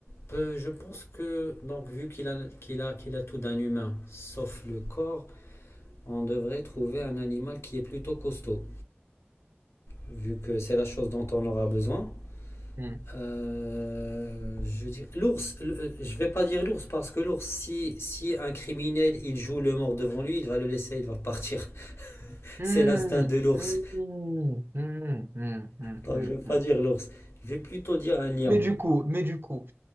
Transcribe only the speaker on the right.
Hmm.
Hmm.
Hmm. Hmm. Hmm. Hmm.
Hmm.
Hmm.
Mais du coup, mais du coup,